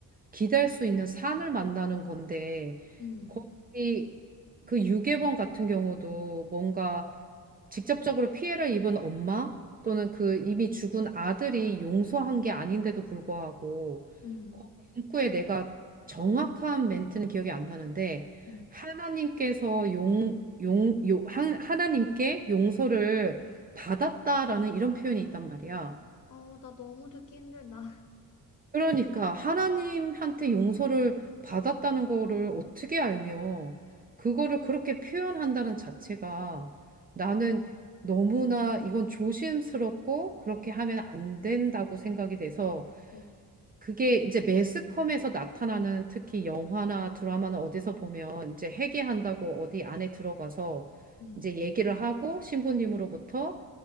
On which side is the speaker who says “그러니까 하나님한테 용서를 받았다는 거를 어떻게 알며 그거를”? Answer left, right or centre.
Right